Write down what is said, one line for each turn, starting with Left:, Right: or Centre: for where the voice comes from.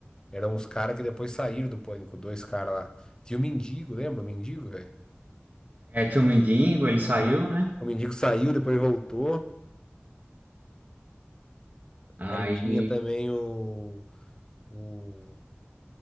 Left: Eram uns caras que depois saíram do Pânico, dois caras lá. Tinha o Mendigo, lembra o Mendigo, velho?
Right: É, tinha o Mindingo, ele saiu,
Left: O Men-
Right: né?
Left: o Mendigo saiu, depois voltou.
Right: Aí
Left: Aí tinha também o, o...